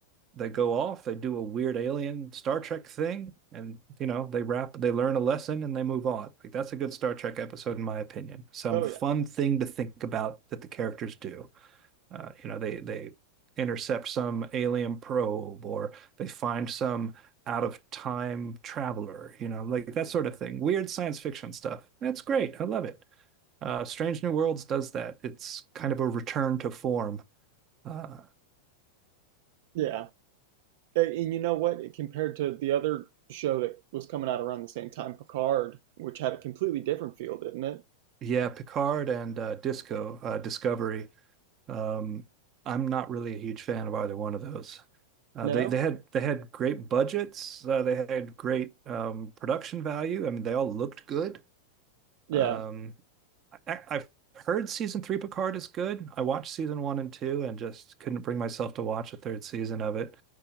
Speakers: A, on the right (about 35°); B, on the right (about 65°).
A: they go off they do a weird alien star trek thing and you know they wrap they learn a lesson and they move on like that's a good star trek episode in my opinion some
B: Oh
A: fun
B: yeah.
A: thing to think about that the characters do uh, you know, they they intercept some alien probe or they find some out of time traveler, you know, like that sort of thing. Weird science fiction stuff. That's great. I love it. Uh, Strange New Worlds does that. It's kind of a return to form. Uh,
B: Yeah. And, you know what? Compared to the other show that was coming out around the same time, Picard, which had a completely different feel, didn't it?
A: yeah, Picard and uh, Disco uh, Discovery. Um, I'm not really a huge fan of either one of those. Uh,
B: No?
A: they they had they had great budgets. Uh, they had great um, production value. I mean, they all looked good.
B: Yeah.
A: Um, I, I've heard season three Picard is good. I watched season one and two and just couldn't bring myself to watch a third season of it.